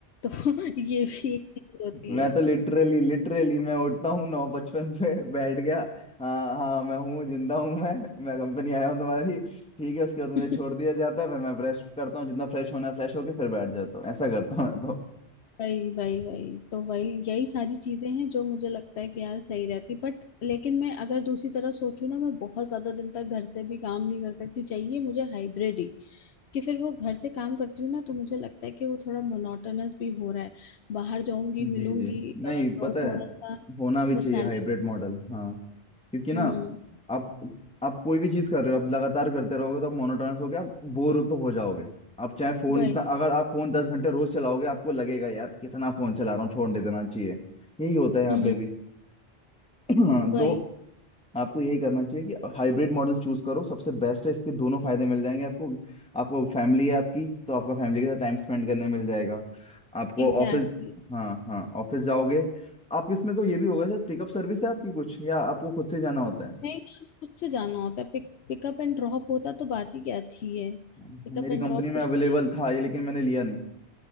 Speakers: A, on the left (about 75°); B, in the centre.
A: तो <laughs> ये भी एक चीज होती
B: मैं
A: है
B: तो लिटरली लिटरली मैं उठता हूँ नौ पचपन पे बैठ गया हाँ हाँ मैं हूँ जिंदा हूँ मैं मैं कंपनी आया हूँ तुम्हारी ठीक है उसके बाद मुझे
A: <laughs>
B: छोड़ दिया जाता है फिर मैं फ्रेश करता हूँ जितना फ्रेश होना है फ्रेश होके फिर बैठ जाता हूँ ऐसा करता हूँ मैं तो
A: वही वही वही तो वही यही सारी चीजें हैं जो मुझे लगता है कि यार सही रहती बट लेकिन मैं अगर दूसरी तरह सोचूं ना मैं बहुत ज्यादा दिन तक घर से भी काम नहीं कर सकती चाहिए मुझे हाइब्रिड ही कि फिर वो घर से काम करती हूँ ना तो मुझे लगता है कि वो थोड़ा मोनोटोनस भी हो रहा है बाहर जाऊंगी
B: जी
A: मिलूंगी
B: जी नहीं
A: अ, तो
B: पता
A: थोड़ा
B: है
A: सा
B: होना भी
A: पर्सनालिटी
B: चाहिए हाइब्रिड मॉडल हाँ क्योंकि
A: हम्म
B: ना आप आप कोई भी चीज कर रहे हो आप लगातार करते रहोगे तो आप मोनोटोनस हो गया आप बोर तो हो जाओगे आप चाहे फोन
A: वही
B: अगर आप फोन दस घंटे रोज चलाओगे आपको लगेगा यार कितना फोन चला रहा हूँ छोड़ दे देना चाहिए यही होता है यहाँ
A: हम्म
B: पे भी <clears throat> हाँ,
A: वही
B: तो आपको यही करना चाहिए कि हाइब्रिड मॉडल चूज करो सबसे बेस्ट है इसके दोनों फायदे मिल जाएंगे आपको आपको फैमिली है आपकी तो आपका फैमिली के साथ टाइम स्पेंड करने मिल जाएगा आपको
A: Exactly
B: ऑफिस
A: exactly.
B: हाँ हाँ ऑफिस जाओगे आप इसमें तो ये भी होगा सर पिकअप सर्विस है आपकी कुछ या आपको खुद से जाना होता है
A: नहीं खुद से जाना होता है। पिक पिकअप एंड ड्रॉप होता तो बात ही क्या थी है
B: हाँ,
A: पिकअप
B: मेरी
A: एंड
B: कंपनी
A: ड्रॉप
B: में
A: कुछ
B: अवेलेबल
A: नहीं
B: था ये लेकिन मैंने लिया नहीं